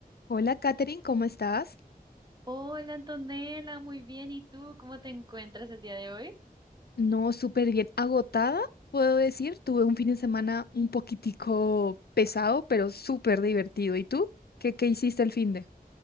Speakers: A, on the left (about 85°); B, on the right (about 25°).
A: Hola, Katherine, ¿cómo estás?
B: Hola Antonella, muy bien. ¿Y tú cómo te encuentras el día de hoy?
A: No, súper bien. Agotada, puedo decir. Tuve un fin de semana un poquitico pesado, pero súper divertido. ¿Y tú? ¿Qué, qué hiciste el fin de?